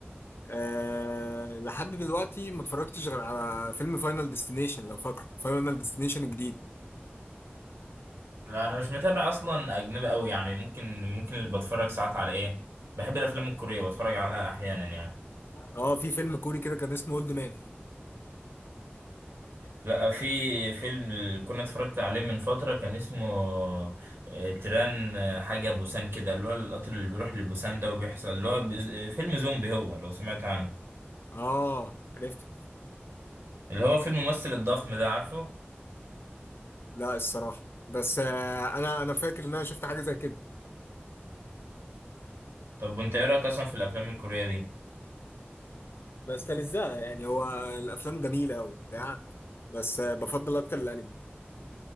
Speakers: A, on the left; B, on the right.
A: أه لحد دلوقتي ما اتفرجتش غير على فيلم فاينل ديستنيشن لو فاكره فاينل ديستنيشن الجديد
B: لا انا مش متابع اصلا اجنبي قوي يعني ممكن ممكن اللي بتفرج ساعات على ايه بحب الافلام الكوريه بتفرج عليها احيانا يعني
A: اه في فيلم كوري كده كان اسمه اولد مان
B: لا في فيلم اللي كنا اتفرجت عليه من فتره كان اسمه آه، تران آه، حاجه بوسان كده اللي هو القطر اللي بيروح لبوسان ده وبيحصل اللي هو بيز... آه، فيلم زومبي هو لو سمعت عنه
A: اه عرفته
B: اللي هو فيلم الممثل الضخم ده عارفه
A: لا الصراحه بس آه انا انا فاكر ان انا شفت حاجه زي كده
B: طب وانت ايه رايك اصلا في الافلام الكوريه دي
A: بس تلزقها يعني هو الافلام جميله قوي بتاع بس آه بفضل اكتر الانمي